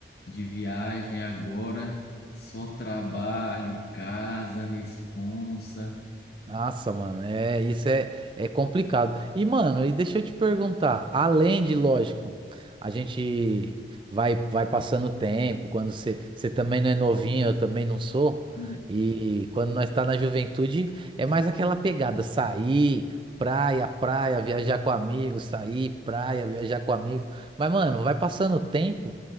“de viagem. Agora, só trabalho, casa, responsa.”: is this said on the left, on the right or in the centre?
Left